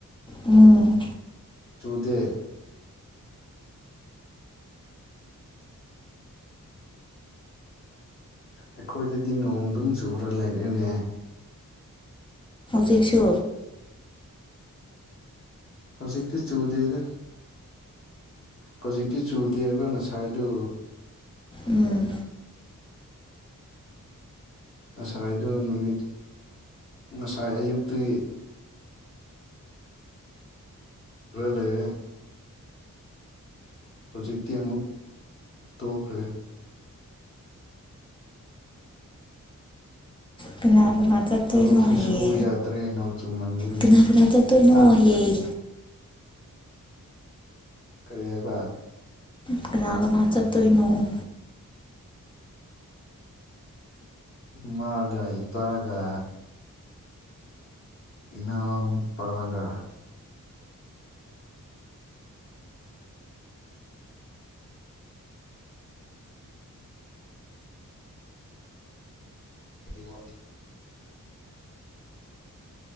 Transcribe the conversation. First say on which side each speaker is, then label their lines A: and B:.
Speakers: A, on the left (about 15°); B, on the left (about 40°).
A: ꯎꯝ
B: ꯆꯨꯗꯦ ꯑꯩꯈꯣꯏꯗꯗꯤ ꯅꯣꯡꯗꯨꯝ ꯆꯨꯔ ꯂꯩꯔꯦꯅꯦ
A: ꯗꯤꯁꯨꯁꯨ
B: ꯍꯧꯖꯤꯛꯇꯤ ꯆꯨꯗꯦꯗ ꯍꯧꯖꯤꯛꯇꯤ ꯆꯨꯗꯦꯕ ꯉꯁꯥꯏꯗꯨ
A: ꯎꯝ
B: ꯉꯁꯥꯏꯗꯨ ꯅꯨꯃꯤꯠ ꯉꯁꯥꯏ ꯑꯌꯨꯛꯇꯒꯤ ꯄꯨ ꯂꯩꯔꯦ ꯍꯧꯖꯤꯛꯇꯤ ꯑꯃꯨꯛ ꯇꯣꯛꯈ꯭ꯔꯦ
A: ꯀꯅ ꯅꯥ ꯆꯠꯇꯣꯏꯅꯣ
B: ꯊꯕꯛꯁꯨ
A: ꯍꯌꯦ
B: ꯁꯨꯕ ꯌꯥꯗ꯭ꯔꯦ ꯅꯣꯡ ꯆꯨꯝꯃꯟꯕꯒꯤ
A: ꯀꯅꯥ ꯀꯅꯥ ꯆꯠꯇꯣꯏꯅꯣ
B: ꯍꯥ
A: ꯍꯌꯦ
B: ꯀꯔꯤ ꯍꯥꯏꯕ
A: ꯀꯅꯥ ꯆ ꯇꯣꯏꯅꯣꯡ
B: ꯃꯥꯒ ꯏꯄꯥꯒ ꯏꯅ ꯄꯒ ꯋꯥ